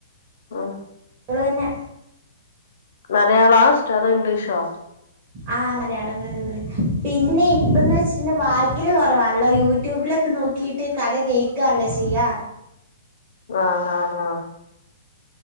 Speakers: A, on the left; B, on the right.
A: ആഹ്
B: ള് പിന്നെ
A: മലയാളാ ഷ്ടം? അതോ ഇംഗ്ലീഷോ?
B: ആ മലയാളം കഥകള് പിന്നെ ഇപ്പന്ന്വെച്ചിട്ടണ്ട വായ്ക്കല് കൊറവാണ്ല്ലോ യൂട്യൂബിലൊക്കെ നോക്കിട്ട് കഥ കേൾക്കാൺല്ലോ ചെയ്യാ.
A: ആഹ് ഹാ ഹാ